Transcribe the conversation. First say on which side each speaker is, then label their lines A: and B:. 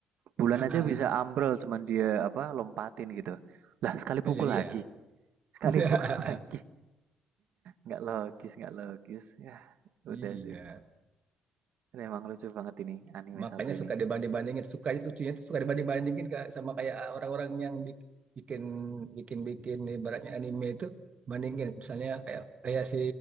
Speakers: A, on the right (about 70°); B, on the right (about 45°).
A: Bulan
B: Ah,
A: aja
B: ah.
A: bisa ambrol cuman dia apa lompatin gitu. Lah, sekali pukul
B: Iya iya.
A: lagi. Sekali
B: <laughs>
A: pukul <laughs> lagi. Nggak logis, nggak logis. Ya,
B: Iya.
A: udah sih. memang lucu banget ini anime
B: makanya
A: satu ini.
B: suka dibanding-bandingin suka lucunya tuh suka dibanding-bandingin kayak sama kayak ah, orang-orang yang bik- bikin bikin bikin ibaratnya anime itu bandingin misalnya kayak kayak si